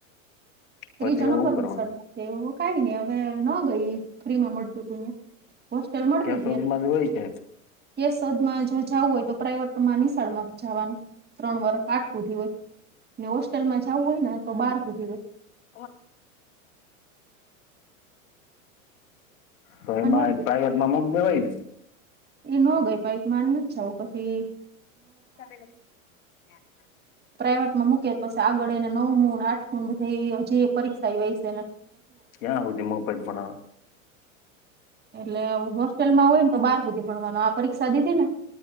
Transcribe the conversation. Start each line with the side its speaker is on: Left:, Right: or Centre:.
Right: ત્રીજો
Left: પછી
Right: નંબરની
Left: હવે હું કરવાનું
Right: શળમાં છે એવ કઈ નહી હવે ન ગઈ ફ્રી માં મળતું તું હોસ્ટેલ મળતી
Left: ત્યાં
Right: હતી.
Left: સુધીમાં જ હોય છે
Right: કેસોદમાં જો જવું હોય તો પ્રાઇવેટમાં નિશાળમાં જવાનું. ત્રણ વર આઠ હુધી હોય ને હોસ્ટેલમાં જવું હોય ને તો બાર હુધી હોય.
Left: <unintelligible> તો એમાં
Right: ન ગઈ
Left: પ્રઇવેટ માં મુક દેવાય
Right: એ ન ગઈ પાઈક <unintelligible>
Left: <inaudible>
Right: પ્રાઇવેટ માં મૂકે પછી આગળ એને નવમું આઠમું બધા જે પરીક્ષાય છેને.
Left: એયા <inaudible>
Right: એટલે હોસ્ટેલમાં હોય ને તો બાર હુધી ભણવાનો આ પરીક્ષા દીધી ને